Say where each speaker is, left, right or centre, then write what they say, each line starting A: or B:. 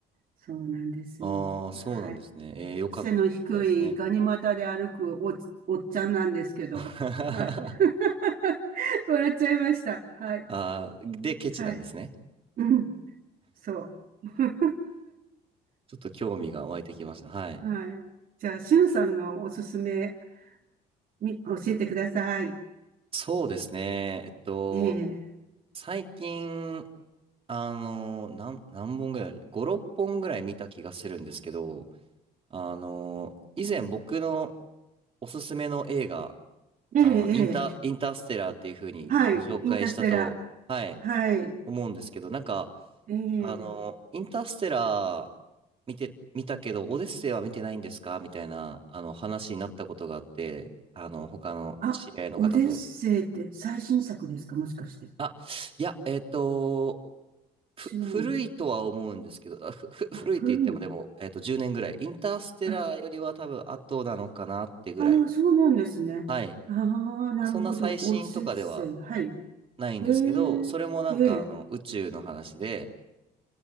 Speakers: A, on the right; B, on the right.
A: そうなんですよ。
B: ああ、そうなんですね。
A: はい。
B: えー、よかったですね。
A: 背の低いガニ股で歩くお、おっちゃんなんですけど、
B: <laughs>
A: はい。
B: あ
A: <laughs> 笑っちゃいました。はい。
B: あ、で、ケチなんですね。
A: はい。うん、そう。<laughs>
B: ちょっと興味が湧いてきました。はい。
A: はい。じゃあ、しゅんさんのおすすめみ、教えてください。
B: そうですね。えっと、
A: ええ、
B: 最近、あの、何、何本ぐらい、5、6本ぐらい見た気がするんですけど、あの、以前僕のおすすめの映画、
A: ええ、
B: あの、インター、
A: ええ、
B: インターステラーっていう風にご紹介したと、
A: はい、インターステラ
B: はい、
A: ー。はい、
B: 思うんですけど、なんか、
A: ええ、
B: あの、インターステラー見て、見たけど、オデッセイは見てないんですかみたいな、あの、話になったことがあって、あの、他の知り合いの方と。
A: あ、オデッセイって最新作ですかもしかして。
B: あ、いや、えっと、
A: 違うの。
B: ふ、古いとは思うんですけど、あふ、ふ、
A: あ、
B: 古いって言ってもでも、
A: 古いの。
B: えっと、10年ぐらい。インターステラーよりは多分後なのかなってぐらい。
A: あ、ああ、そうなんですね。
B: はい。
A: ああ、なるほど。
B: そんな最新とかでは
A: オデッセイ。はい。
B: ないんですけど、
A: ええ、
B: それもなんかあの宇宙の話で、
A: ええ、